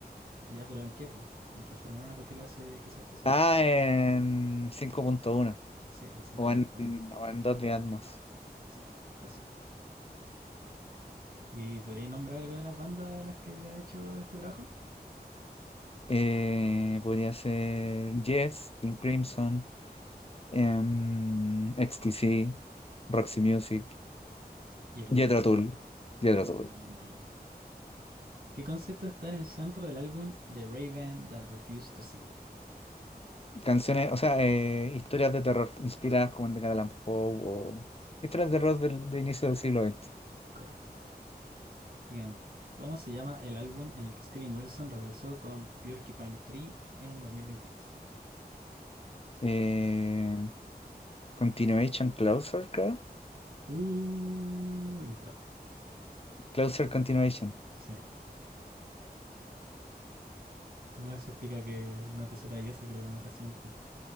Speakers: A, on the right (about 65°); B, on the left (about 35°).
A: Ya, pero ¿en qué, po? ¿En qué formato? ¿Qué le hace que sea especial?
B: Ah, en 5.1
A: Sí, en cinco
B: o
A: puntos,
B: en,
A: ¿no?
B: o en Dolby Atmos.
A: Sí, eso. ¿Y podríais nombrar alguna de las bandas a las que le ha hecho este trabajo?
B: Eh, podría ser Yes, King Crimson, em, XTC, Roxy Music,
A: Y
B: Jethro Tull, Jethro Tull.
A: Ah, muy bien. ¿Qué concepto está en el centro del álbum The Raven That Refused to Sing?
B: Canciones, o sea, eh, historias de terror inspiradas como el de Edgar Allan Poe o historias de terror del, de inicio del siglo XX.
A: Correcto. Siguiente. ¿Cómo se llama el álbum en el que Steven Wilson regresó con Porcupine Tree en 2022?
B: Eh, Continuation Closer, creo.
A: Uh, incorrecto.
B: Closer Continuation.
A: Sí. ¿Cómo se explica que no te sepa esa que es la más reciente?